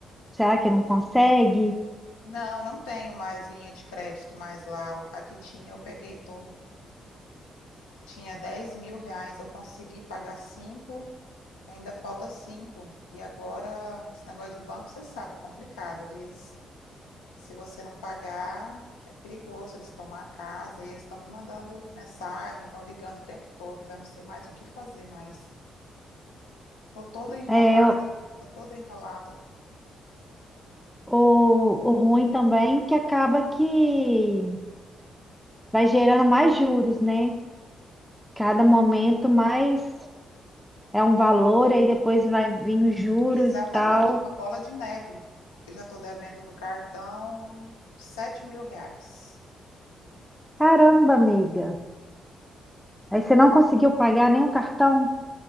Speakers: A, in the centre; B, on the left.
A: Será que não consegue?
B: Não, não tenho mais linha de crédito mais lá. O- Aqui tinha, eu peguei tudo. Tinha dez mil reais, eu consegui pagar cinco, ainda falta cinco. E agora, esse negócio de banco, você sabe, é complicado. Eles, se você não pagar, é perigoso, eles tomam a casa e eles estão me mandando mensagem, estão ligando o tempo todo, já não sei mais o que fazer mais. Tô toda enrolada,
A: É,
B: tô toda enrolada.
A: ou, ou ruim também, que acaba que vai gerando mais juros, né? Cada momento mais é um valor, aí depois vai vir os juros
B: Exatamente,
A: e tal.
B: uma bola de neve. Eu já estou devendo no cartão sete mil reais.
A: Caramba, amiga. Aí você não conseguiu pagar nem o cartão?